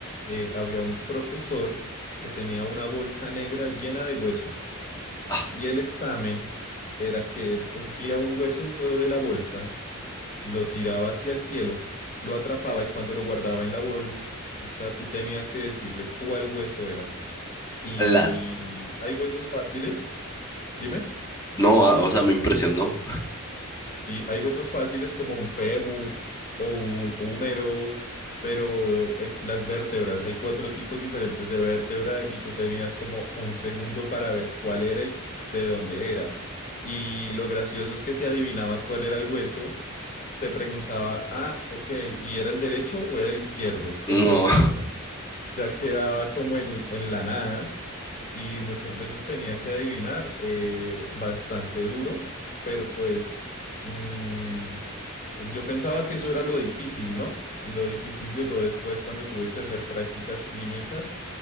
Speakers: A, on the left; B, on the left.
A: eh, había un profesor que tenía una bolsa negra llena de huesos.
B: Ah,
A: Y el examen era que él cogía un hueso de la bolsa, lo tiraba hacia el cielo, lo atrapaba y cuando lo guardaba en la bolsa, tú tenías que decirle cuál hueso era. Y
B: ala.
A: hay huesos fáciles, dime.
B: No, ah, o sea, me impresionó. <laughs>
A: Sí, hay huesos fáciles como un fémur o un húmero, pero eh, las vértebras, hay cuatro tipos diferentes de vértebra y tú tenías como un segundo para ver cuál era y de dónde era. Y lo gracioso es que si adivinabas cuál era el hueso, te preguntaba, ah, ok, ¿y era el derecho o era el izquierdo? Entonces
B: No,
A: uno ya quedaba como en, en la nada y muchas veces tenía que adivinar eh, bastante duro, pero pues mm, eh, Yo pensaba que eso era lo difícil, ¿no? Lo difícil llegó después cuando tuve que hacer prácticas clínicas